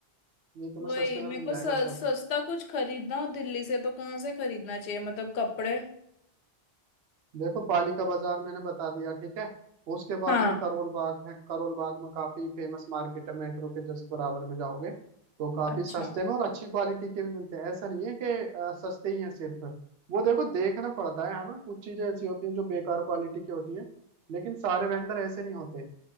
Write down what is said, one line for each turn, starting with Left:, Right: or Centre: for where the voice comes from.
Right: ये तुम्हें
Left: वही
Right: सस्ते में
Left: मेरे
Right: मिल
Left: को
Right: जाएगा
Left: स-
Right: सब
Left: सस्ता कुछ खरीदना हो दिल्ली से तो कहाँ से खरीदना चाहिए मतलब कपड़े
Right: देखो पालिका बाजार मैंने बता दिया ठीक है उसके बाद
Left: हाँ
Right: में करोल बाग है करोल बाग में काफी फेमस मार्केट है मेट्रो के जस्ट बराबर में जाओगे तो काफी
Left: अच्छा
Right: सस्ते में और अच्छी क्वालिटी के भी मिलते हैं ऐसा नहीं है कि अ, सस्ते ही हैं सिर्फ वो देखो देखना पड़ता है हमें कुछ चीजें ऐसी होती हैं जो बेकार क्वालिटी की होती हैं लेकिन सारे वेंडर ऐसे नहीं होते